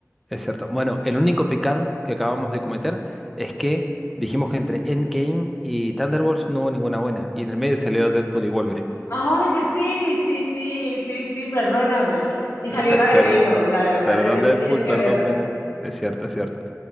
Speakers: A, in the centre; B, on the left (about 60°).
A: es cierto. Bueno, el único pecado que acabamos de cometer es que dijimos que entre Endgame y Thunderbolts no hubo ninguna buena. Y en el medio se salió Deadpool y Wolverine.
B: Ay, sí, sí, sí, sí, sí, perdóname. Y
A: Eh,
B: salió
A: pe-
B: la
A: perdón.
B: de Venom, la de verdad,
A: Perdón
B: la de Venom,
A: Deadpool,
B: tienes que
A: perdón
B: verla.
A: Venom. Es cierto, es cierto.